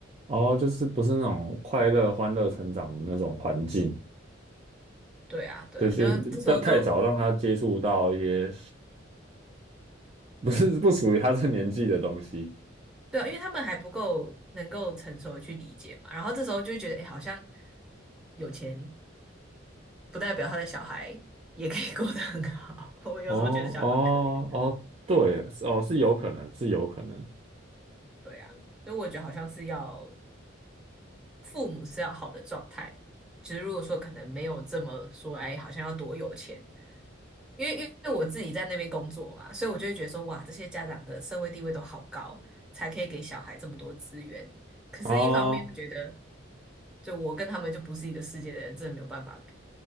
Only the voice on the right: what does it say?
哦，就是不是那种快乐、欢乐成长的那种环境，
对，就太太早让他接触到一些
不是不属于他这年纪的东西，
哦，哦，哦，对，哦，是有可能，是有可能。
哦